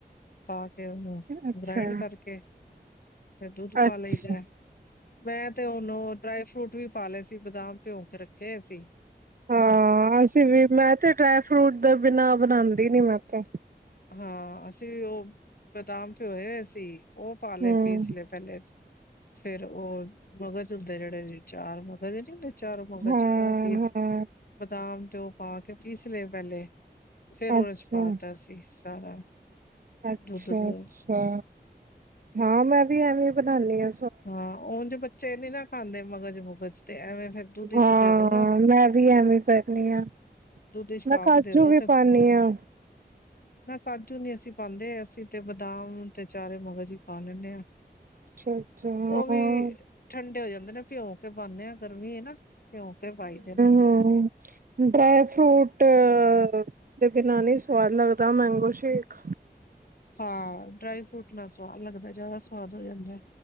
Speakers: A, on the left (about 60°); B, on the right (about 55°).
A: ਪਾ ਕੇ ਉਹਨੂੰ
B: ਅੱਛਾ
A: ਗ੍ਰਾਇੰਡ ਕਰਕੇ ਫਿਰ ਦੁੱਧ ਪਾ
B: ਅੱਛਾ
A: ਲਈਦਾ ਮੈਂ ਤੇ ਉਹਨੂੰ ਡਰਾਈ ਫਰੂਟ ਵੀ ਪਾ ਲਏ ਸੀ ਬਦਾਮ ਭਿਉਂ ਕੇ ਰੱਖੇ ਸੀਂ
B: ਹਾਂ ਅਸੀਂ ਵੀ ਮੈਂ ਤੇ ਡਰਾਈ ਫਰੂਟ ਦੇ ਬਿਨਾ ਬਣਾਂਦੀ ਨੀ ਮੈਂ ਤੇ
A: ਹਾਂ ਅਸੀਂ ਵੀ ਉਹ ਬਦਾਮ ਭੇਓਏ ਹੋਏ ਸੀ ਉਹ ਪਾ ਲਏ
B: ਹਮ
A: ਪੀਸ ਲਏ ਪੈਲੇ ਫੇਰ ਉਹ ਮਗਜ਼ ਹੁੰਦੇ ਜਿਹੜੇ ਚਾਰ ਮਗਜ਼ ਨੀ ਹੁੰਦੇ ਚਾਰੋ ਮਗਚ
B: ਹਾਂ
A: ਉਹ ਪੀਸ
B: ਹਾਂ
A: ਬਦਾਮ ਤੇ ਉਹ ਪਾ ਕੇ ਪੀਸ ਲਏ ਪੈਲੇ ਫੇਰ ਉਹ
B: ਅੱਛਾ
A: ਵਿੱਚ ਪਾਤਾ ਸੀ ਸਾਰਾ
B: ਅੱਛਾ
A: ਦੁੱਧ ਵ
B: ਅੱਛਾ ਹਾਂ ਮੈਂ ਵੀ ਐਵੇਂ ਬਣਾਦੀ ਹ
A: ਹਾਂ ਉਂਝ ਬੱਚੇ ਨੀ ਨਾ ਖਾਂਦੇ ਮਗਜ਼ ਮੁਗਜ਼ ਤੇ ਐਵੇਂ ਫੇਰ ਦੁੱਧ ਚ
B: ਹਾਂ
A: ਹੀ ਦੇ ਦੋ ਨਾ
B: ਮੈਂ ਵੀ ਐਵੇਂ ਕਰਨੀ ਆ
A: ਦੁੱਧ ਚ
B: ਮੈਂ
A: ਪਾ
B: ਕਾਜੂ
A: ਕੇ ਦੇ ਦੋ
B: ਵੀ
A: ਤੇ
B: ਪਾਨੀ ਹਾਂ
A: ਨਾ ਕਾਜੂ ਨੀ ਅਸੀਂ ਪਾਂਦੇ ਅਸੀਂ ਤੇ ਬਦਾਮ ਤੇ ਚਾਰੇ ਮਗਜ਼ ਹੀ ਪਾ ਲੈਂਦੇ ਹਾਂ
B: ਅੱਛਾ ਹਾਂ
A: ਉਹ ਵੀ ਠੰਡੇ ਹੋ ਜਾਂਦੇ ਨੇ ਭਿਉਂ ਕੇ ਪਾਂਦੇ ਆ ਗਰਮੀ ਨਾ ਭਿਉਂ ਕੇ ਪਾਈਦੇ ਨੇ
B: ਹੁੰ ਡਰਾਈ ਫਰੂਟ ਓਦੇ ਤੋ ਬਿਨਾਂ ਨਹੀਂ ਸਵਾਦ ਲੱਗਦਾ ਮੈਂਗੋ ਸ਼ੇਕ
A: ਹਾਂ ਡਰਾਈ ਫਰੂਟ ਨਾਲ ਸਵਾਦ ਲੱਗਦਾ ਜਿਆਦਾ ਸਵਾਦ ਹੋ ਜਾਂਦਾ